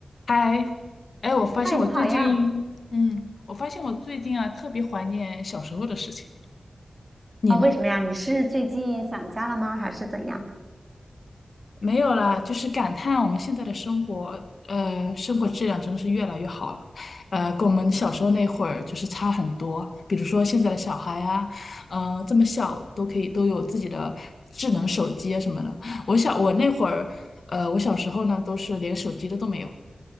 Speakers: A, on the left (about 60°); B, on the right (about 20°).
A: 嗨，哎，我发现我最近，
B: 嗨，你好呀！
A: 嗯，我发现我最近啊，特别怀念小时候的事情。你呢？
B: 啊、为什么呀？你是最近想家了吗？还是怎样？
A: 没有啦，就是感叹我们现在的生活，呃，生活质量真的是越来越好了，呃，跟我们小时候那会儿就是差很多。比如说现在的小孩啊，呃，这么小都可以都有自己的智能手机啊什么的。我小我那会儿，呃，我小时候呢，都是连手机的都没有。